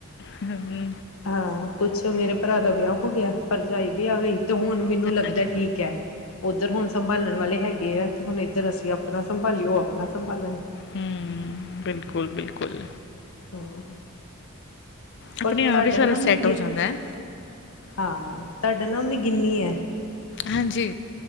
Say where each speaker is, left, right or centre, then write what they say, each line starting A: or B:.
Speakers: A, on the left; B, on the left.
A: ਖੰਨੀ
B: ਹਾਂ ਕੁਛ ਮੇਰੇ ਭਰਾ ਦਾ ਵਿਆਹ ਹੋ ਗਿਆ। ਭਰਜਾਈ ਵੀ ਆ ਗਈ ਤੇ ਹੁਣ ਮੈਨੂੰ
A: ਅੱਛਾ
B: ਲੱਗਦਾ
A: ਜੀ
B: ਠੀਕ ਹੈ। ਉੱਧਰ ਹੁਣ ਸੰਭਾਲਣ ਵਾਲੇ ਹੈਗੇ ਆ ਤੇ ਹੁਣ ਇੱਧਰ ਅਸੀਂ ਆਪਣਾ ਸੰਭਾਲੀਏ ਉਹ ਆਪਣਾ ਸੰਭਾਲਣ
A: ਹੂ ਬਿਲਕੁਲ ਬਿਲਕੁਲ
B: ਹੋਰ
A: ਆਪਣੇ
B: ਪਰ
A: ਆਪ
B: ਤੁਹਾਡਾ
A: ਹੀ ਸਾਰਾ
B: ਨਾਮ
A: ਸੈੱਟ
B: ਵੀ ਗੇ
A: ਹੋ ਜਾਂਦਾ ਹੈ।
B: ਹਾਂ ਤੁਹਾਡਾ ਨਾਮ ਵੀ ਗਿਨੀ ਹੈ।
A: ਹਾਂਜੀ